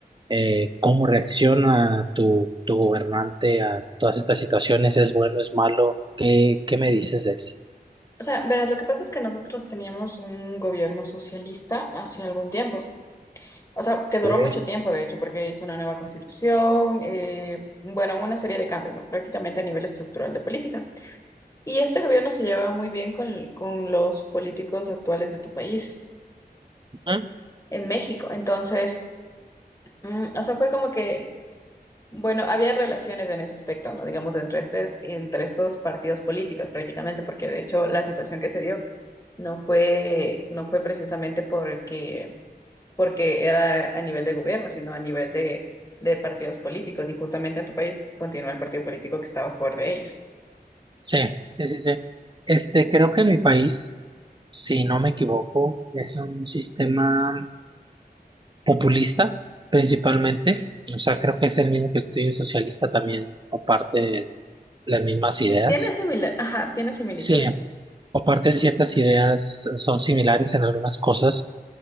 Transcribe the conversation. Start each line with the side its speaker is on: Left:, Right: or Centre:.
Right: eh, ¿cómo reacciona tu, tu gobernante a todas estas situaciones? ¿Es bueno, es malo? ¿Qué, qué me dices de eso?
Left: O sea, verás, lo que pasa es que nosotros teníamos un gobierno socialista hace algún tiempo. O sea, que duró
Right: Ok.
Left: mucho tiempo, de hecho, porque hizo una nueva constitución, eh, bueno, una serie de cambios, ¿no? Prácticamente a nivel estructural de política. Y este gobierno se lleva muy bien con, con los políticos actuales de tu país,
Right: Ujú.
Left: en México. Entonces, mm, o sea, fue como que Bueno, había relaciones en ese aspecto, ¿no? Digamos, entre estos, entre estos partidos políticos prácticamente, porque de hecho la situación que se dio no fue, no fue precisamente porque, porque era a nivel de gobierno, sino a nivel de, de partidos políticos. Y justamente en tu país continúa el partido político que está a favor de ellos.
Right: Sí, sí, sí, sí. Este, creo que en mi país, si no me equivoco, es un sistema populista principalmente. O sea, creo que es el mismo que el tuyo socialista también comparte las mismas ideas.
Left: Tiene simila- ajá, tiene similitudes.
Right: Sí, comparten ciertas ideas, son similares en algunas cosas.